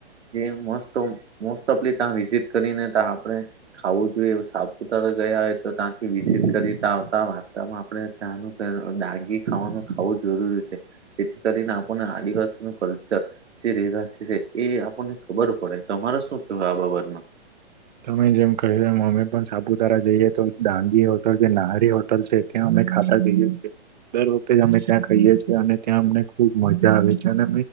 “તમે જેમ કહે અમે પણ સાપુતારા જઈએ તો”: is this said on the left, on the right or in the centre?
Right